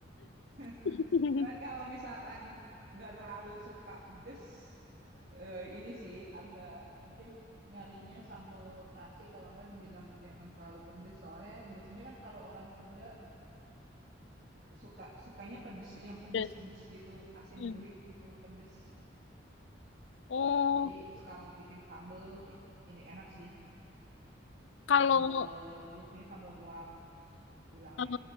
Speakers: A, on the right (about 50°); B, on the left (about 75°).
A: <laughs>
B: <laughs>
A: Cuman kalau misalkan nggak terlalu suka pedes, eh, ini sih agak mungkin nyarinya sambal terasi kalau nggak dibilang jangan terlalu pedes. Soalnya biasanya kan kalau orang Sunda suka sukanya pedes yang pedes-pedes
B: Terus,
A: gitu, asin
B: Mm.
A: gurih gitu, pedes.
B: Oh,
A: Jadi kalau bikin sambal i- ini enak sih. Sa-
B: kalau
A: Sambal biasanya sambal goang bilangnya.
B: eh,